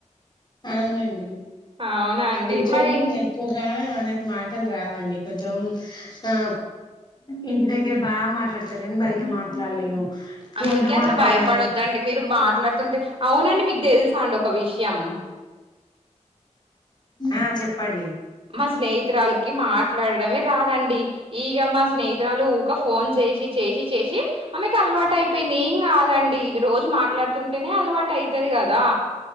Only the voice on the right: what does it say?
అవునా అండి
మరి ఇం
అందుకే
అట్లా
భయపడొద్దండి మీరు మాట్లాడుతుంటే అవునండి మీకు తెలుస చాండకవిష్ ఎం
మా స్నేహితురాలికి మాట్లాడడమే రాదండి ఈక మా స్నేహిరాలు ఊక ఫోన్ చేసి చేసి చేసి ఆమెకి అలవాటు అయిపోయింది ఏం కాదండి రోజు మాట్లాడు ఉంటేనే అలవాటు అయిత్ పత్తది కాదా